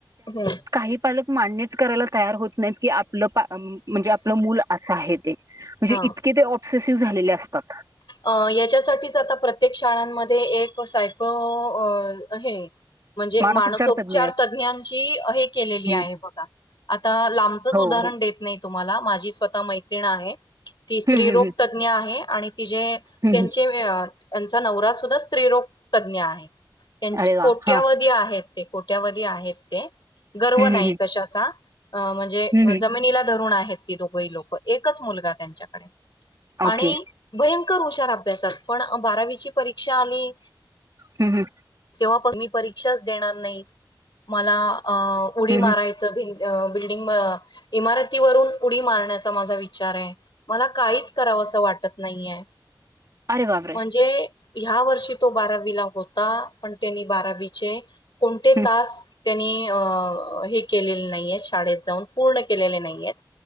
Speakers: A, on the left; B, on the right.
A: हम्म
B: एक एक पालक मान्यच करायला तयार होत नाहीत की आपलं म्हणजे आपलं मूल असं आहे ते. म्हणजे
A: हा
B: इतके ते ऑप्सेसिव्ह झालेले असतात.
A: अ याच्यासाठीच आता प्रत्येक शाळांमध्ये एक सायको अ... अ.. हे. म्हणजे
B: मानसोपचार
A: माणसोपचार
B: तज्ञ
A: तज्ञांची हे केलेली
B: हं.
A: आहे बघा. आता लांबचच
B: हो,
A: उदाहरण
B: हो.
A: देत नाही तुम्हाला माझी स्वतः मैत्रिण आहे ती स्त्रीरोग
B: हं, हं, हं.
A: तज्ज्ञ आहे आणि ति जे
B: हं,
A: त्यांचे
B: हं.
A: यांचा नवरा सुद्धा स्त्रीरोग तज्ञ आहे त्यांची
B: अरे वाह!
A: कोट्यावधी
B: हां.
A: आहेत. ते कोठ्यावधी आहेत ते गर्व
B: हं,
A: नाही
B: हं, हं.
A: कशाचा. अ म्हणजे
B: हं, हं.
A: जमिनीला धरुण आहेत ती दोघही लोक एकच मुलगा त्यांच्याकडे.
B: ओके.
A: आणि भयंकर हुशार अभ्यासात पण बारावीची परीक्षा आली.
B: हं, हं.
A: तेव्हा पण मी परीक्षाच देणार नाही. मला.. अ उडी
B: हं,
A: मारायचं
B: हं.
A: भिन. बिल्डिंग इमारतीवरून उडी मारण्याचा माझा विचार आहे. मला काहीच- कराव असं वाटत नाहीय
B: अरे बापरे
A: म्हणजे- ह्या वर्षी तो बारावीला होता पण त्यांनी बारावीचे कोणते
B: हं,
A: तास- त्यांनी अ हे केलेले नाही आहेत शाळेत जाऊन पूर्ण केलेले नाहीय आहेत.